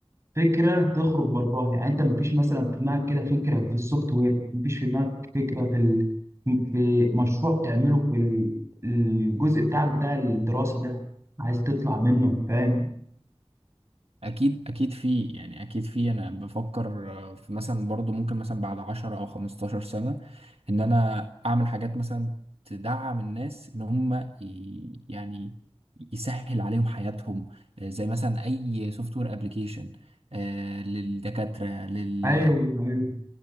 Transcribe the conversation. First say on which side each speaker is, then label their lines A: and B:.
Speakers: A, on the right; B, on the right.
A: فكره تخرج براها يعني انت مفيش مثلا في دماغك كده فكره في السوفت وير مفيش في دماغك فكره في ال... في مشروع تعمله في ال- الجزء بتاعك بتاع الدراسه ده عايز تطلع منه فاهم
B: اكيد اكيد في يعني اكيد في انا بفكر آه، في مثلا برضو ممكن مثلا بعد 10 او 15 سنة ان انا اعمل حاجات مثلا تدعم الناس ان هم ي- يعني يسهل عليهم حياتهم آه، زي مثلا اي سوفت وير ابلكيشن للدكاترة لل
A: ايوه ايوه